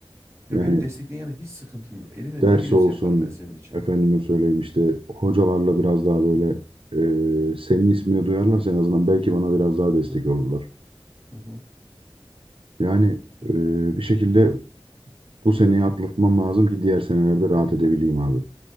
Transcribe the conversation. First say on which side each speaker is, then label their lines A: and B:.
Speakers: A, on the right; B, on the right.
A: Ya
B: Yani
A: beni destekleyen yana hiç sıkıntım yok. Elimden
B: ders
A: ne geliyorsa
B: olsun
A: yaparım ben senin için.
B: efendime söyleyeyim işte hocalarla biraz daha böyle e, senin ismini duyarlarsa en azından belki bana biraz daha destek
A: Hı
B: olurlar.
A: hı. hı.
B: Yani
A: E,
B: e, bir şekilde bu seneyi atlatmam lazım ki diğer senelerde
A: Aynen.
B: rahat edebileyim abi.